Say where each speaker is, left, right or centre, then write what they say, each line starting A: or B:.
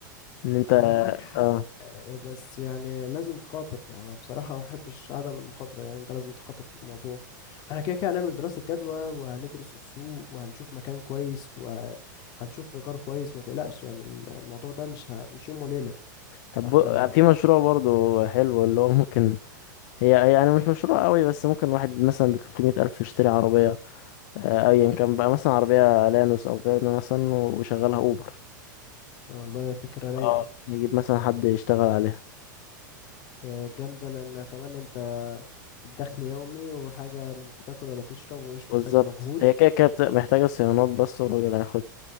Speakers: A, on the left; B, on the left.
A: ان انت
B: هو معاك حق
A: اه
B: آه، بس يعني لازم تخاطر انا بصراحة ما بحبش عدم المخاطرة يعني انت لازم تخاطر في الموضوع احنا كده كده هنعمل دراسة جدوى وهندرس السوق وهنشوف مكان كويس وهنشوف ايجار كويس ما تقلقش يعني ال- الموضوع ده مش ه... مش يوم وليلة
A: طب
B: ده احنا
A: بو- في مشروع برضو حلو اللي هو ممكن هي هي يعني مش مشروع قوي بس ممكن واحد مثلا ب 300 ألف يشتري عربية آه، أيا كان بقى مثلا عربية لانوس أو فيرنا مثلا ويشغلها أوبر
B: والله هي فكرة رايقة
A: اه يجيب مثلا حد يشتغل عليها
B: هي جامدة لان كمان انت دخل يومي وحاجة مش بتاكل ولا تشرب ومش
A: بالظبط
B: محتاجة مجهود
A: هي كده كده بت- محتاجة صيانات بس والراجل هياخد